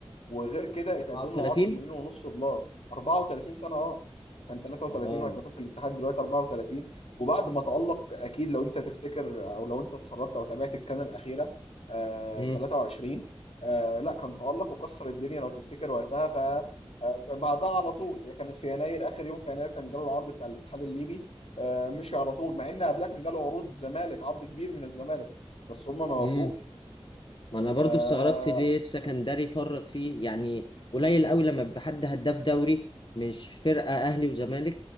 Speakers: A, on the left; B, on the left.
A: وغير كده
B: 34
A: اتقدم له عرض بمليون ونص دولار 34 سنة اه كان 33
B: اه
A: وقت ما كان في الاتحاد دلوقتي 34 وبعد ما تألق اكيد لو انت تفتكر او لو انت اتفرجت او تابعت الكان الأخيرة آه
B: امم
A: 23 آه لا كان تألق وكسر الدنيا لو تفتكر وقتها ف آه، بعدها على طول هي كانت في يناير اخر يوم في يناير كان جاله العرض بتاع الاتحاد الليبي آه مشي على طول مع ان قبلها كان جاله عروض زمالك عرض كبير من الزمالك بس هم ما وافقوش
B: ايوه ما انا
A: آه
B: برضو استغربت ليه السكندري فرط فيه يعني قليل قوي لما بيبقى حد هداف دوري مش فرقه اهلي وزمالك